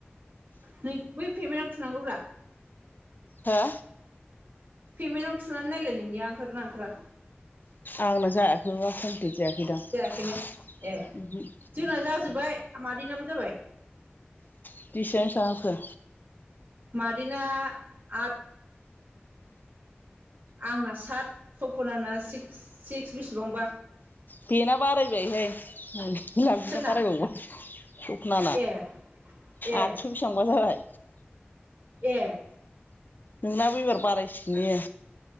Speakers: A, on the right; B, on the left.
A: नों बै पेमेन्टाव थुनांगौ ब्रा
B: हा
A: पेमेन्टआव थुनानै नायलाय नोंनिया ओंखारगोन ना ओंखारा
B: आंनो जायाखैबा कमप्लिट जायाखै दां
A: जायाखैनो ए जोंना जाजोब्बाय मादैनाबो जाबाय
B: <unintelligible> हाबखो
A: मादैना आ आंना सात सपनाना सिक्स सिक्स बिसिबांबा
B: बेना बारायबायहाय बि बिना बारायबावबाय
A: सोरना
B: सबना
A: ए ए
B: आदस' बिसिबांबा जाबाय
A: ए
B: नोंनाबो एबार बारायसिगोन ने